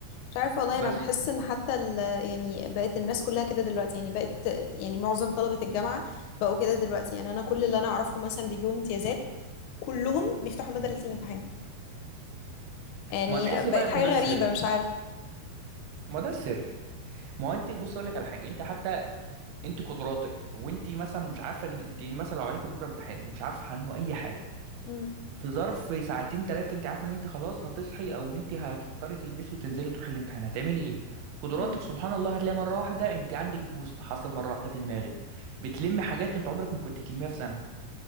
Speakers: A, on the left; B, on the right.
A: مش عارفة والله أنا
B: بس
A: بحس إن حتى ال يعني بقت الناس كلها كده دلوقتي يعني بقت يعني معظم طلبة الجامعة بقوا كده دلوقتي يعني أنا كل اللي أنا أعرفه مثلا بيجيبوا امتيازات كلهم بيفتحوا بدلة
B: مم.
A: الامتحان يعني
B: ما تحس
A: بقت
B: بقى
A: حاجة
B: ان ده السر
A: غريبة مش عارفة
B: ما ده السر ما هو انت بص اقول لك على حاجه انت حتى انت قدراتك وانت مثلا مش عارفه ان انت مثلا لو عليكي بكره امتحان ومش عارفه عنه اي حاجه
A: مم.
B: في ظرف ساعتين ثلاثة انت عارفة ان انت خلاص هتصحي او ان انت هتضطري تلبسي وتنزلي تروحي الامتحان هتعملي ايه قدراتك
A: مم.
B: سبحان الله هتلاقي مرة واحدة انت عندك بوست حصل مرة واحدة في دماغك بتلمي حاجات انت عمرك ما كنت تلميها في سنة